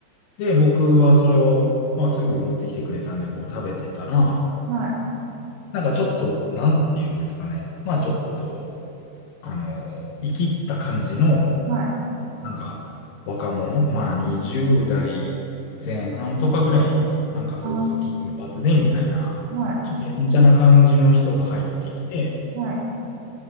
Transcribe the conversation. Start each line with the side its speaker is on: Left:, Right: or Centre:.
Left: で、僕はそれを、まあすぐ持ってきてくれたんで、こう食べてたら、
Right: はい、
Left: なんかちょっと、なんて言うんですかね。まあちょっと、あの、生きった感じの、
Right: はい。
Left: なんか、若者、まあ20代前半とかぐらいの、
Right: うん
Left: なんかそれこそ金髪でみたいな、
Right: あー、はい、
Left: ちょっとやんちゃな感じの人が入ってきて、
Right: はい、